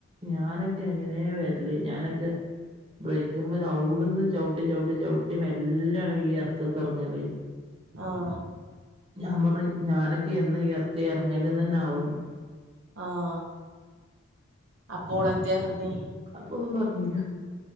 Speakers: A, on the right; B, on the right.
A: ഞാന ക്കെങ്ങനെ വെര്ല് ഞാനെക്കെ ബ്രെയിക്ക്മ്മല് ഔട്ന്ന് ചവുട്ടി ചവുട്ടി ചവുട്ടി മേലെ ല്ലെണ് ഈ എറക്കൊക്കറങ്ങല്
B: ആഹ്
A: ഞാപറഞ്ഞ് ഞാനൊക്കെ എന്ന ഈ എറക്ക എറങ്ങല്ന്നെനാവോന്ന്
B: ആഹ് അപ്പോളെന്തേയർഞ്
A: അപ്പൊന്നും പർഞ്ഞില്ല